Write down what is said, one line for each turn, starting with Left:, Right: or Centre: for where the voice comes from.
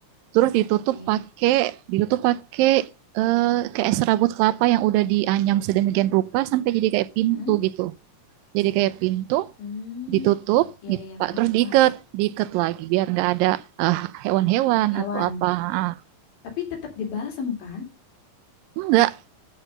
Right: Terus ditutup
Left: Oke.
Right: pakai ditutup pakai eh, kayak serabut kelapa yang udah dianyam sedemikian rupa sampai jadi kayak pintu
Left: Mm-mm.
Right: gitu jadi kayak pintu
Left: Hmm.
Right: ditutup
Left: Ya,
Right: gitu,
Left: ya, ya, paham,
Right: Pak. Terus diikat,
Left: paham.
Right: diikat lagi biar nggak ada eh, hewan-hewan
Left: Hewan.
Right: atau apa. Ah,
Left: Tapi tetap dibalsem kan?
Right: enggak,